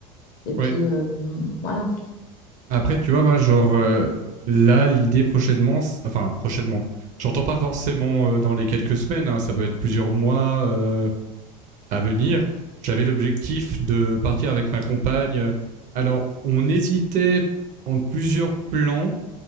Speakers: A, on the left; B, on the right.
A: Et puis
B: ouais.
A: euh, mm, voilà.
B: Après, tu vois, moi, genre, euh, là, l'idée prochainement, c'est- enfin, prochainement, j'entends pas forcément euh, dans les quelques semaines, hein, ça peut être plusieurs mois euh, à venir. J'avais l'objectif de partir avec ma compagne. Alors, on hésitait entre plusieurs plans,